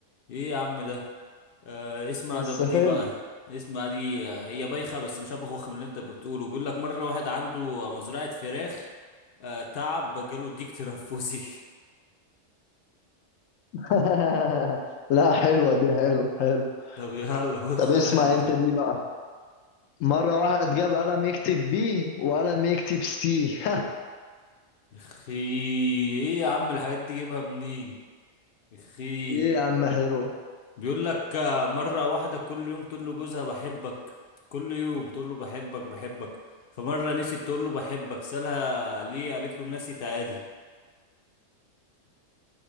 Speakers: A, on the left; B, on the left.
A: ايه يا عم ده آه اسمع
B: بس
A: ده دي
B: حلو
A: بقى اسمع دي آه، هي بايخة بس مش هبقى خوخة من اللي انت بتقوله بيقول لك مرة واحد عنده مزرعة فراخ آه تعب جاله ديك تنفسي
B: <laughs> لا حلوه دي حلو حلو
A: <laughs> طب يلا خش
B: طب اسمع
A: عليا بقى
B: انت دي بقى مره واحد جاب قلم يكتب بي وقلم يكتب سي <laughs>
A: اخي ايه يا عم الحاجات دي جايبها منين اخي
B: ايه يا عم حلو
A: بيقول لك آه، مرة واحدة كل يوم تقول له جوزها بحبك كل يوم تقول له بحبك بحبك فمرة نسيت تقول له بحبك سألها ليه قالت له نسيت عادي